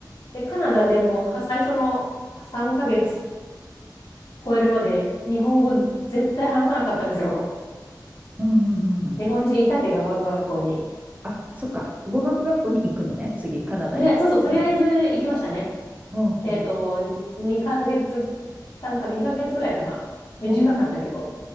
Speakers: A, on the left; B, on the right.
A: で、カナダでもは最初の3ヶ月超えるまで日本語絶対話さなかったんですよ。
B: うん、うん、うん。
A: 日本人いたけど、語学学校に。
B: あ、そっか。語学学校に行くのね。次、カナダ行った。
A: とりあえず、そうそう、とりあえず行きましたね。
B: うんだほうほうほ
A: えっと、2ヶ月、3ヶ月、2ヶ月ぐらいかな。短かったけど。
B: う。ほ